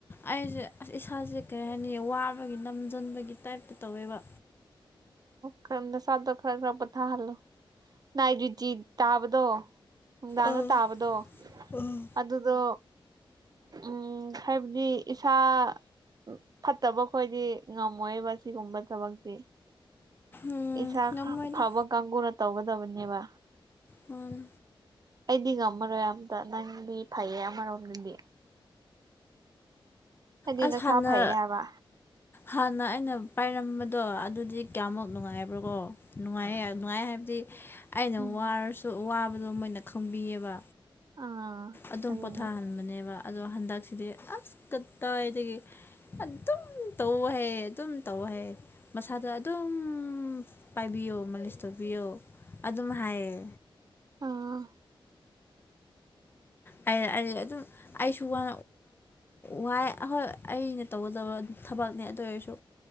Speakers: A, on the left; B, on the right.
A: ꯑꯩꯁꯦ ꯑꯁ ꯏꯁꯥꯁꯦ ꯀꯔꯤ ꯍꯥꯏꯅꯤ ꯋꯥꯕꯒꯤ ꯅꯝꯁꯤꯟꯕꯒꯤ ꯇꯥꯏꯞꯇ ꯇꯧꯋꯦꯕ
B: ꯈꯔꯗ ꯁꯥꯗ ꯈꯔ ꯈꯔ ꯄꯣꯊꯥ ꯍꯜꯂꯣ ꯅꯥꯢꯠ ꯗꯨꯇꯤ ꯇꯥꯕꯗꯣ ꯅꯨꯡꯗꯥꯡꯗ
A: ꯑꯥ
B: ꯇꯥꯕꯗꯣ
A: ꯑꯥ
B: ꯑꯗꯨꯗꯣ ꯎꯝ ꯍꯥꯏꯕꯗꯤ ꯏꯁꯥ ꯎꯝ ꯐꯠꯇꯕ ꯈꯣꯏꯗꯤ ꯉꯝꯃꯣꯏꯕ ꯁꯤꯒꯨꯝꯕ ꯊꯕꯛꯇꯤ
A: ꯎꯝ
B: ꯏꯁꯥ
A: ꯉꯝꯃꯣꯏꯗ
B: ꯐꯕ ꯀꯥꯡꯕꯨꯅ ꯇꯧꯒꯗꯕꯅꯦꯕ
A: ꯃꯥꯅꯦ
B: ꯑꯩꯗꯤ ꯉꯝꯃꯔꯣꯏ ꯑꯝꯇ ꯅꯪꯗꯤ ꯐꯩꯌꯦ ꯑꯃꯔꯣꯝꯗꯗꯤ ꯍꯥꯏꯗꯤ
A: ꯑꯁ
B: ꯅꯁꯥ
A: ꯍꯥꯟꯅ
B: ꯐꯩꯌꯦ ꯍꯥꯏꯕ
A: ꯍꯥꯟꯅ ꯑꯩꯅ ꯄꯥꯏꯔꯝꯕꯗꯣ ꯑꯗꯨꯗꯤ ꯀꯌꯥꯃꯨꯛ ꯅꯨꯡꯉꯥꯏꯕ꯭ꯔꯣꯀꯣ ꯅꯨꯡꯉꯥꯏ ꯅꯨꯡꯉꯥꯏ ꯍꯥꯏꯕꯗꯤ ꯑꯩꯅ
B: ꯎꯝ
A: ꯋꯥꯔꯁꯨ ꯋꯥꯕꯗꯣ ꯃꯣꯏꯅ ꯈꯪꯕꯤꯌꯦꯕ
B: ꯑꯥ
A: ꯑꯗꯨꯝ
B: ꯑꯗꯨꯅꯦ
A: ꯄꯣꯊꯥꯍꯟꯕꯅꯦꯕ ꯑꯗꯣ ꯍꯟꯗꯛꯁꯤꯗꯤ ꯑꯁ ꯀꯇꯥꯏꯗꯒꯤ ꯑꯗꯨꯝ ꯇꯧꯋꯣ ꯍꯥꯌꯦ ꯑꯗꯨꯝ ꯇꯧ ꯍꯦ ꯃꯁꯥꯗꯣ ꯑꯗꯨꯝ ꯄꯥꯏꯕꯤꯌꯣ ꯃꯥꯂꯤꯁ ꯇꯧꯕꯤꯌꯣ ꯑꯗꯨꯝ ꯍꯥꯏꯌꯦ
B: ꯑꯥ
A: ꯑꯗꯨꯝ ꯑꯩꯁꯨ ꯋꯥ ꯋꯥꯏ ꯑꯩꯅ ꯇꯧꯒꯗꯕ ꯊꯕꯛꯅꯦ ꯑꯗꯨ ꯑꯣꯏꯔꯁꯨ